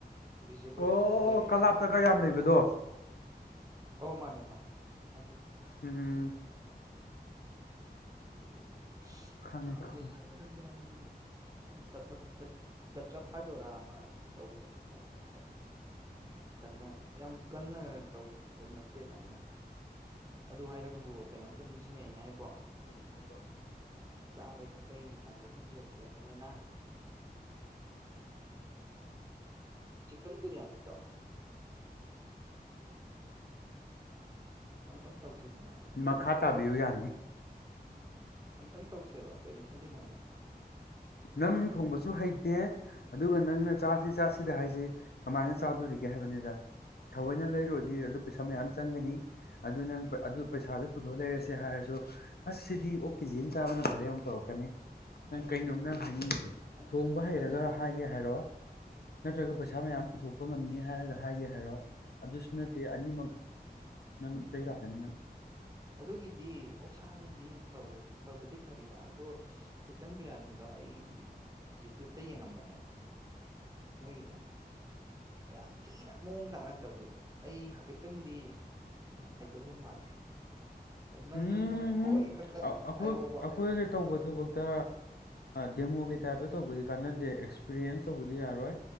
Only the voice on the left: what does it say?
ꯑꯣ
ꯀꯂꯥꯞꯇꯒ ꯌꯥꯝ ꯂꯩꯕꯗꯣ
ꯎꯝ
ꯈꯪꯉꯦ
ꯈꯪꯉꯦ
<inaudible>
ꯃꯈꯥ ꯇꯥꯕꯤꯌꯨ ꯌꯥꯅꯤ
ꯅꯪ ꯊꯣꯡꯕꯁꯨ ꯍꯩ ꯇꯦ ꯑꯗꯨꯒ ꯅꯪꯅ ꯆꯥꯁꯤ ꯆꯥꯁꯤꯗ ꯍꯥꯏꯁꯤ ꯀꯃꯥꯏꯅ ꯆꯥꯗꯣꯔꯤꯒꯦ ꯍꯥꯏꯕꯅꯤꯗ ꯊꯑꯣꯏꯅ ꯂꯩꯔꯨꯔꯗꯤ ꯑꯗꯨ ꯄꯩꯁꯥ ꯃꯌꯥꯝ ꯆꯪꯒꯅꯤ ꯑꯗꯨ ꯅꯪ ꯑꯗꯨ ꯄꯩꯁꯥꯗꯨ ꯄꯨꯊꯣꯛ ꯂꯩꯔꯁꯦ ꯍꯥꯏꯔꯁꯨ ꯑꯁ ꯁꯤꯗꯤ ꯑꯣꯛ ꯀꯦꯖꯤ ꯑꯃ ꯆꯥꯕꯅ ꯐꯔꯦ ꯑꯃꯨꯛ ꯇꯧꯔꯀꯅꯤ ꯅꯪ ꯀꯩꯅꯣꯝ ꯅꯪ ꯍꯥꯏꯅꯤꯡꯉꯤꯁꯦ
ꯊꯣꯡꯕ ꯍꯩꯔꯒ
ꯍꯥꯏꯒꯦ ꯍꯥꯏꯔꯣ ꯅꯠꯇ꯭ꯔꯒ ꯄꯩꯁꯥ ꯃꯌꯥꯝ ꯄꯨꯊꯣꯛꯄ ꯉꯝꯅꯤ ꯍꯥꯏꯔꯒ ꯍꯥꯏꯒꯦ ꯍꯥꯏꯔꯣ ꯑꯗꯨꯁꯨ ꯅꯠꯇꯦ ꯑꯅꯤꯃꯛ ꯅꯪ ꯆꯩ ꯂꯥꯛꯀꯅꯤ ꯅꯪ
ꯎꯝ
ꯑ- ꯑꯩꯈꯣꯏ
ꯑꯩꯈꯣꯏꯒ ꯇꯧꯕ ꯊꯕꯛꯇ ꯗꯦꯃꯣꯒꯤ ꯇꯥꯏꯞꯇ ꯇꯧꯕꯗꯤ ꯀꯥꯟꯅꯗꯦ ꯑꯦꯛꯁꯄꯤꯔꯤꯌꯦꯟꯁ ꯇꯧꯕꯗꯤ ꯌꯥꯔꯣꯏ